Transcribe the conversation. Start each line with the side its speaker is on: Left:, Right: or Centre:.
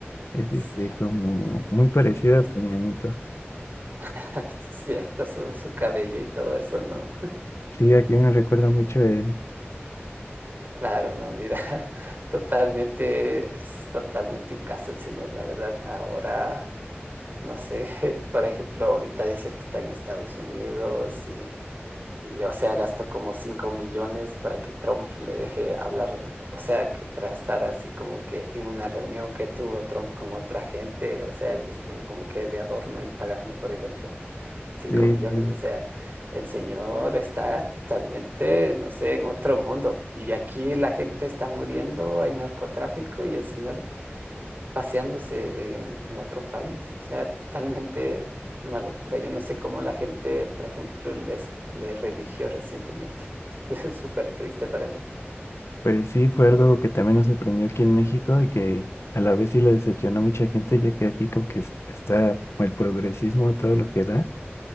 Left: es
Right: Sí,
Left: este, como muy parecido
Right: es-
Left: a Peña Nieto.
Right: <laughs> Cierto, su, su cabello y todo eso, ¿no?
Left: Sí, aquí me recuerda mucho él.
Right: Claro, no, mira, <laughs> totalmente, es totalmente un caso el señor, la verdad. Ahora, no sé, <laughs> por ejemplo, ahorita dice que está en Estados Unidos y Y, o sea, gastó como 5 millones para que Trump le deje hablar, o sea, que para estar así como que en una reunión que tuvo Trump con otra gente, o sea, él estuvo como que de adorno ahí pagando, por ejemplo, cinco
Left: Sí,
Right: millones.
Left: sí.
Right: O sea, el señor está totalmente, no sé, en otro mundo. Y aquí la gente está muriendo, hay narcotráfico y el señor paseándose en, en otro país. O sea, totalmente una locura. Yo no sé cómo la gente, por ejemplo, les, les religió recientemente. <laughs> Es súper triste para mí.
Left: Pues sí, fue algo que también nos sorprendió aquí en México y que a la vez sí lo decepcionó a mucha gente, ya que aquí como que es- está el progresismo, todo lo que da.